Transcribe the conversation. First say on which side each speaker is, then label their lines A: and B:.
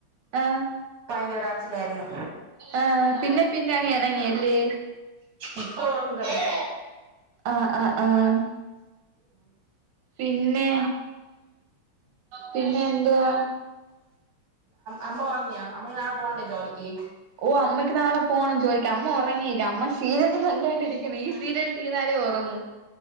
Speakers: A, on the right; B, on the right.
A: ആഹ്
B: ഭയങ്കര കരച്ചിലായിരുന്നു.
A: ആഹ് പിന്നെ പിന്നെ എണങ്ങിയല്ലേ.
B: ഇപ്പൊ ഉറങ്ങും കെടന്ന്
A: ആഹ് ആഹ് ആഹ് പിന്നെ പിന്നെ എന്തുവാ
B: അമ്മ ഒറങ്ങിയാ അമ്മ നാളെ പോകണ്ടേ ജോലിക്ക്.
A: ഓഹ് അമ്മയ്ക്ക് നാളെ പോണം ജോലിക്ക് അമ്മ ഒറങ്ങീയില്ല അമ്മ ശിരിയൽ കണ്ടോണ്ടിരിക്ക. ഈ സീരിയൽ തീർന്നാലേ ഒറങ്ങു.